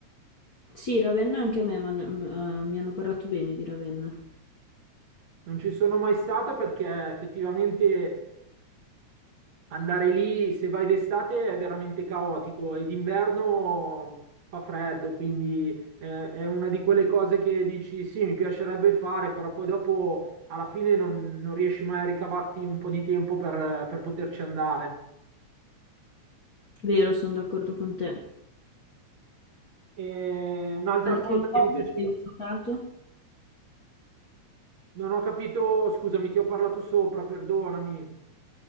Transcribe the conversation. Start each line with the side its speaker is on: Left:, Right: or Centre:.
Left: Sì, Ravenna anche a me m'han- m- eh, mi hanno parlato bene di Ravenna.
Right: Non ci sono mai stato perché effettivamente Andare lì, se vai d'estate, è veramente caotico e d'inverno fa freddo, quindi eh, è una di quelle cose che dici sì, mi piacerebbe fare, però poi dopo alla fine non, non riesci mai a ricavarti un po' di tempo per, per poterci andare.
Left: Vero, sono d'accordo con te.
Right: E un'altra
Left: Altri
Right: cosa che
Left: luoghi
Right: mi piace,
Left: che hai visitato?
Right: non ho capito, scusami, ti ho parlato sopra, perdonami,